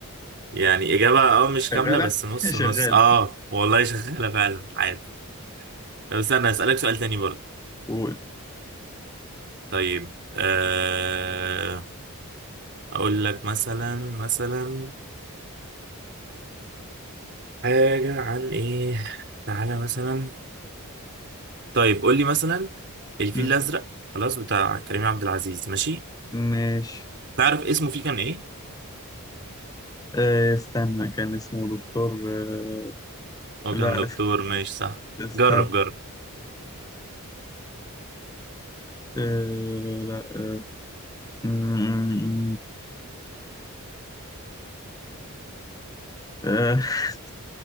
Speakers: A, on the right (about 50°); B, on the left (about 15°).
A: يعني اجابه اه مش كامله
B: شغاله
A: بس نص
B: <laughs> شغاله
A: نص اه والله شغاله فعلا عادي طب استنى اسالك سؤال تاني برضه
B: قول
A: طيب آه اقول لك مثلا مثلا حاجه عن ايه تعالى مثلا طيب قول لي مثلا الفيل
B: مم.
A: الازرق خلاص بتاع كريم عبد العزيز ماشي
B: ماشي
A: تعرف اسمه فيه كان ايه
B: آه، استنى كان اسمه دكتور آه،
A: هو كان
B: لا
A: دكتور
B: است-
A: ماشي صح
B: استنى
A: جرب جرب
B: آه، لا آه، مم، آه، <laughs>